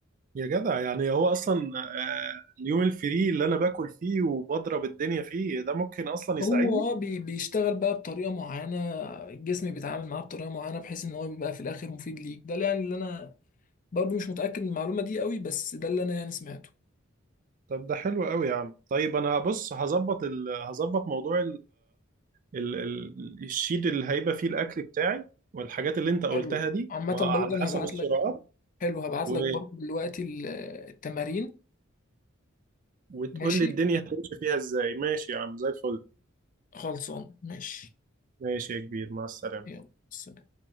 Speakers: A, on the right; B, on the left.
A: يا جدع يعني هو اصلا آه، اليوم الفري اللي انا باكل فيه وبضرب الدنيا فيه ده ممكن اصلا يساعدني
B: هو اه بي- بيشتغل بقى بطريقة معينة الجسم بيتعامل معاه بطريقة معينة بحيث ان هو بيبقى في الاخر مفيد ليك ده يعني اللي انا برضو مش متأكد من المعلومة دي قوي بس ده اللي انا يعني سمعته
A: طب ده حلو قوي يا عم طيب انا هبص هظبط ال... هظبط موضوع ال- ال- الشيت اللي هيبقى فيه الاكل بتاعي والحاجات اللي انت قلتها
B: حلو
A: دي
B: عامة
A: وعلى
B: برضو انا
A: حسب
B: هبعت
A: السرعات
B: لك حلو هبعت
A: و...
B: لك برضو دلوقتي ال- التمارين
A: وتقول
B: ماشي
A: لي الدنيا هتمشي فيها ازاي ماشي يا عم زي الفل
B: خلصان ماشي
A: ماشي يا كبير مع السلامة
B: يلا سلام.